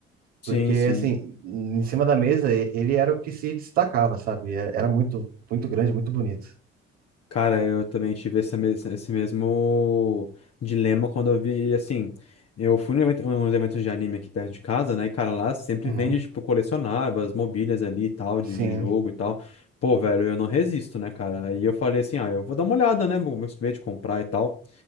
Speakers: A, on the left; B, on the right.
A: Sim,
B: Porque,
A: sim.
B: assim, em cima da mesa, e- ele era o que se destacava, sabe? Era era muito, muito grande, muito bonito.
A: Cara, eu também tive essa mes- esse mesmo dilema quando eu vi, assim, eu fui num evento, uns eventos de anime aqui perto de casa, né? E, cara, lá sempre
B: Uhum.
A: vende, tipo, colecionáveis, mobílias ali e tal, de,
B: Sim.
A: de jogo e tal. Pô, velho, eu não resisto, né, cara? Aí eu falei assim, ah, eu vou dar uma olhada, né? Vou ver de comprar e tal.